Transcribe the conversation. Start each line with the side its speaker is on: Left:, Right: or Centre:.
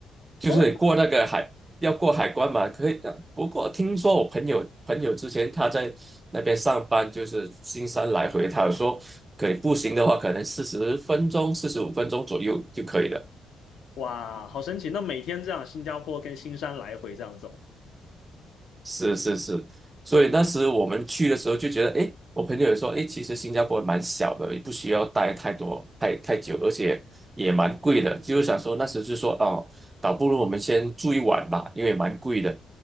Right: 就是过那个海，
Left: 哦，
Right: 要过海关嘛，可以的。不过听说我朋友朋友之前他在那边上班，就是新山来回，他有说可以步行的话，可能四十分钟、四十五分钟左右就可以了。
Left: 哇，好神奇！那每天这样，新加坡跟新山来回这样走。
Right: 是是是，所以那时我们去的时候就觉得，
Left: 哦，
Right: 诶，我朋友也说，诶，其实新加坡蛮小的，也不需要待太多太太久，而且也蛮贵的。就是想说那时就说，哦，倒不如我们先住一晚吧，因为蛮贵的。